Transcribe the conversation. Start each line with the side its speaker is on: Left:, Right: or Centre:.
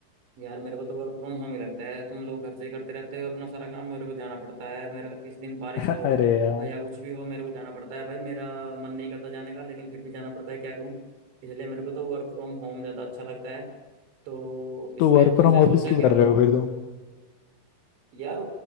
Right: यार मेरे को तो वर्क फ्रॉम होम ही लगता है तुम लोग घर से ही करते रहते हो अपना सारा काम मेरे को जाना पड़ता है मेरा किस दिन बारिश
Left: <laughs>
Right: हो
Left: अरे यार
Right: या कुछ भी हो मेरे को जाना पड़ता है भाई मेरा मन नहीं करता जाने का लेकिन फिर भी जाना पड़ता है क्या करूँ इसलिए मेरे को तो वर्क फ्रॉम होम ज़्यादा अच्छा लगता है तो इसलिए
Left: तो वर्क
Right: तुमसे
Left: फ्रॉम
Right: सोचा
Left: ऑफिस क्यों
Right: कि
Left: कर रहे हो फिर तुम
Right: यार